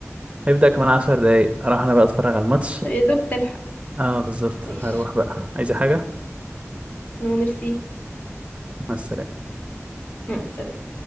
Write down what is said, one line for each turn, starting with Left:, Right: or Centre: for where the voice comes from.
Right: هيبدأ كمان عشر دقايق أروح أنا بقى أتفرج على الماتش
Left: طب يا دوب تلحق
Right: آه بالظبط
Left: ماشي
Right: هروح بقى عايزة حاجة
Left: نو ميرسي
Right: مع السلامة
Left: مع السلامة